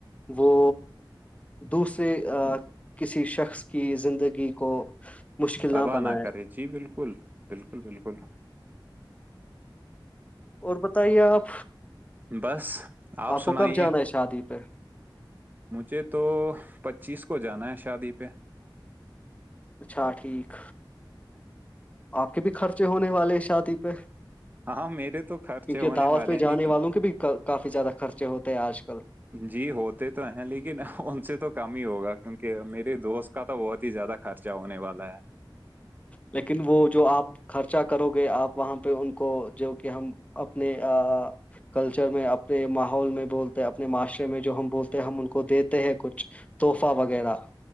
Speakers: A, on the left; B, on the right.
A: وہ دوسرے کسی شخص کی زندگی کو مشکل
B: تباہ
A: بنائے
B: نہ کرے جی بالکل بالکل بالکل
A: اور بتائیے آپ
B: بس
A: آپ کو
B: سنائیے
A: کب جانا ہے شادی پہ
B: مجھے تو پچیس کو جانا ہے شادی پہ
A: اچھا ٹھیک آپ کے بھی خرچے ہونے والے ہیں شادی پہ
B: ہاں میرے تو خرچے
A: کیونکہ
B: ہونے
A: دعوت
B: والے
A: پہ
B: ہیں
A: جانے
B: لیکن
A: والوں کے بھی کافی زیادہ خرچے ہوتے ہیں آج کل
B: جی ہوتے تو ہیں لیکن ان سے تو کام ہی ہوگا کیونکہ میرے دوست کا تو بہت ہی زیادہ خرچہ ہونے والا ہے
A: لیکن وہ جو آپ خرچا کرو گے آپ وہاں پہ ان کو جو کہ ہم اپنے کلچر میں اپنے ماحول میں بولتے ہیں اپنے معاشرے میں جو ہم بولتے ہیں ہم ان کو دیتے ہیں کچھ تحفہ وغیرہ